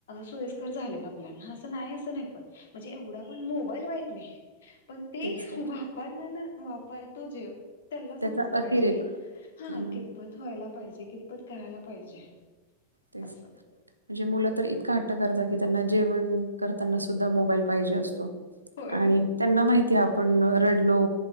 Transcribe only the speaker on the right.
तेच तर.
त्याचा
अतिरेक
हं,
तेच
म्हणजे मुलं तर इतका त्यांना जेवण करनाना सुद्धा मोबाईल लहिजे असतो
आणि
त्यां माहि ते आपण रडलो